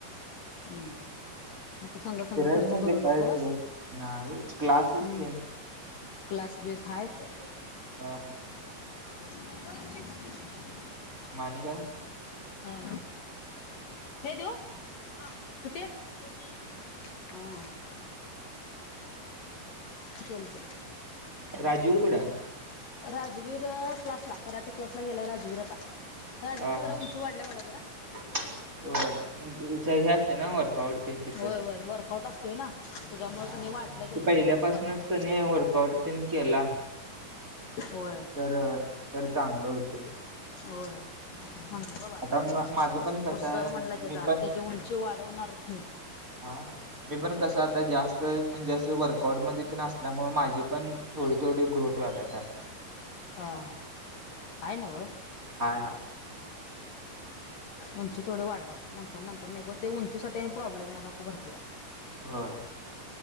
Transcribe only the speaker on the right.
फिरायला
म्हणजे
काय
फिरायला नाही क्लासेस
ते
हा.
माणि गं
राजीव कुठंय?
हा
हा
हे असतय ना वर्कआउट? ते तिथं
हा
ते पहिल्यापासनच
कणी, वर्कआउट तेन केला.
तर तर चांगलं होतय.
आता म- माझं पण कसं
आहे
मी पण
हा मी पण कसं आता जास्त म्हणजे असं वर्कआउट मध्ये ते असल्यामुळे माझी पण थोडे थोडी ग्रोथ व्हायलिया त्यात.
हाय हाय.
होय.